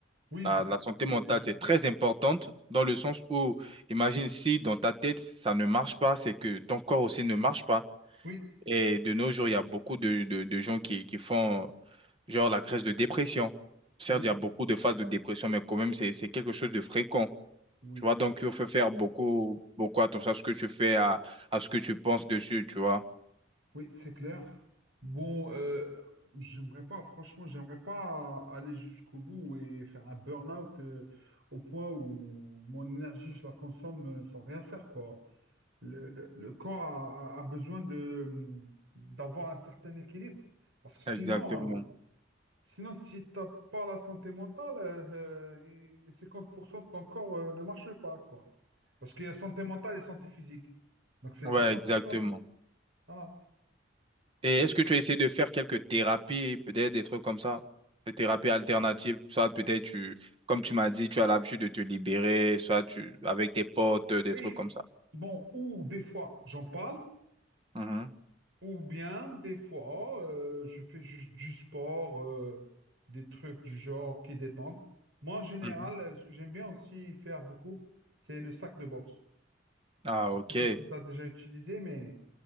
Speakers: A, on the right; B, on the right.
A: Oui,
B: La, la santé
A: oui,
B: mentale,
A: bien sûr.
B: c'est très importante dans
A: Mhm.
B: le sens où, imagine si dans ta tête, ça ne marche pas, c'est que ton corps aussi ne marche pas.
A: Oui,
B: Et de nos jours, il y a beaucoup de, de, de gens qui, qui font euh, genre la crise de dépression. Certes,
A: oui,
B: il y a beaucoup de phases de dépression, mais quand même, c'est, c'est quelque chose de fréquent.
A: oui,
B: Tu vois, donc il faut faire beaucoup, beaucoup attention à ce que tu fais, à, à ce que tu penses dessus, tu vois.
A: oui, c'est clair. Bon, euh, j'aimerais pas, franchement, j'aimerais pas aller jusqu'au bout et faire un burn-out euh, au point où mon énergie, je la consomme euh, sans rien faire, quoi. le, le- le corps a, a- a besoin de, d'avoir un certain équilibre. Parce que sinon,
B: Exactement.
A: euh, sinon si t'as pas la santé mentale, euh, euh, les 50% de ton corps euh, ne marche pas, quoi. Parce qu'il y a santé mentale et santé physique. Donc c'est
B: Ouais,
A: cinquante
B: exactement.
A: cinquante Voilà.
B: Et
A: Et-
B: est-ce que tu as essayé de faire quelques thérapies, peut-être des trucs comme ça, des thérapies alternatives, soit peut-être tu, comme tu m'as dit, tu as l'habitude de te libérer, soit tu, avec tes potes, des
A: oui,
B: trucs comme ça.
A: bon, ou des fois, j'en parle,
B: Mhm,
A: Ou bien, des fois, euh, je fais juste du sport, euh, des trucs du genre qui détendent. Moi, en général,
B: mhm.
A: euh, ce que j'aime bien aussi faire beaucoup, c'est le sac de boxe.
B: Ah,
A: Je
B: ok.
A: ne sais pas si tu as déjà utilisé, mais